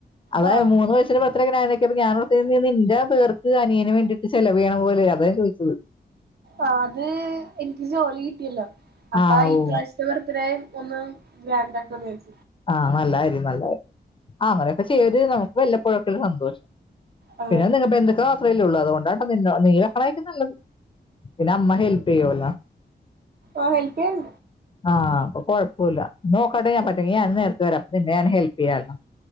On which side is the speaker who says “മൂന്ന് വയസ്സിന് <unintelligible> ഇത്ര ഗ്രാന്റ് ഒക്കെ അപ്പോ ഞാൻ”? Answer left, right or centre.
Left